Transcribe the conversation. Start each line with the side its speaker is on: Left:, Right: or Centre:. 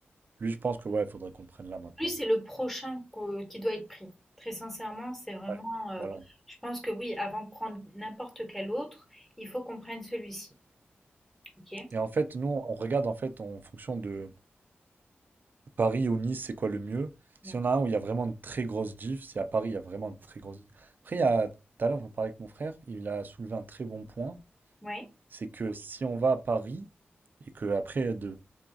Right: lui, je pense que ouais, il faudrait qu'on le prenne là maintenant.
Centre: Lui, c'est le prochain qu'au- qui doit être pris. Très sincèrement, c'est vraiment.
Right: Ouais,
Centre: euh,
Right: voilà.
Centre: je pense que oui, avant de prendre n'importe quel autre, il faut qu'on prenne celui-ci. Ok?
Right: Et en fait, nous, on regarde en fait en fonction de Paris ou Nice, c'est quoi le mieux.
Centre: D'accord.
Right: Si on a un où il y a vraiment une très grosse diff, c'est à Paris, il y a vraiment une très grosse. diff. Après, il y a, tout à l'heure, j'en parlais avec mon frère, il a soulevé un très bon point,
Centre: Oui?
Right: c'est que si on va à Paris et que après de